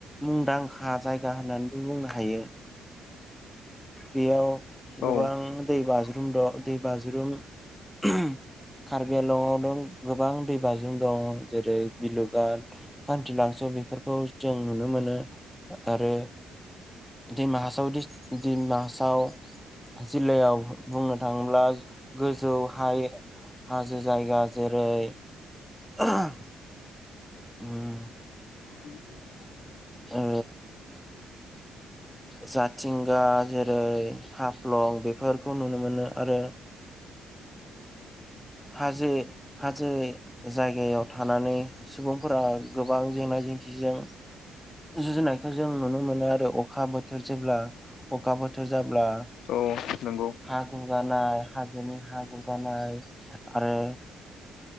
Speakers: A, in the centre; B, on the left.
A: मुंदांखा जायगा होननानैबो बुंनो हायो। बेयाव
B: औ
A: गोबां दै बाज्रुम दं दै बाज्रुम उम कार्बि आंलंआव दं गोबां दै बाजुम दं जेरै बिलुगाट खानथिलांसो बेफोरखौ जों नुनो मोनो आरो दिमा हासाव दिस दिमा हासाव जिल्लायाव बुंनो थाङोब्ला गोजौ हाये हाजो जायगा जेरै ओम
B: <unintelligible>
A: ओ जाथिंगा जेरै हाफ्लं बेफोरखौ नुनो मोनो आरो। हाजो हाजो जायगायाव थानानै सुबुंफोरा गोबां जेंना जेंसिजों जुजुनायखौ जों नुनो मोनो आरो अखा बोथोर जेब्ला अखा बोथोर जाब्ला
B: औ नंगौ
A: हा गुगानाय हाजोनि हा गुगानाय आरो